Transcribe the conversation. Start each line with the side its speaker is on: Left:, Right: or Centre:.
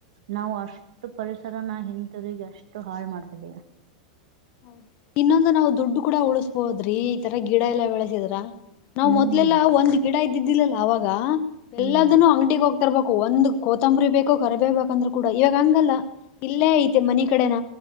Right: ನಾವು ಅಷ್ಟು ಪರಿಸರ ನ ಹಿಂತಿರುಗ ಅಷ್ಟು ಹಾಳು ಮಾಡ್ತಿದ್ದೀವಿ
Left: ಹೌದು ಇನ್ನೊಂದು ನಾವು ದುಡ್ಡು ಕೂಡ ಉಳಿಸಬೋದ್ರಿ ಈ ತರಾ ಗಿಡ ಎಲ್ಲಾ ಬೆಳೆಸಿದ್ರ ನಾವ್
Right: ಹ್ಮ್
Left: ಮೊದ್ಲೆಲ್ಲಾ ಒಂದ ಗಿಡ ಇದ್ದಿದ್ದಿಲ್ಲಲ್ಲ ಅವಾಗ
Right: ಹ್ಮ್
Left: ಎಲ್ಲದನು ಅಂಗಡಿಗೆ ಹೋಗ್ತ ತರ್ಬೇಕು ಒಂದ್ ಕೋತಂಬರಿ ಬೇಕು ಕರಬೇವ ಬೇಕಂದ್ರೂ ಕೂಡ ಇವಾಗ ಹಂಗಲ್ಲ ಇಲ್ಲೇ ಐತೆ ಮನಿ ಕಡೆನ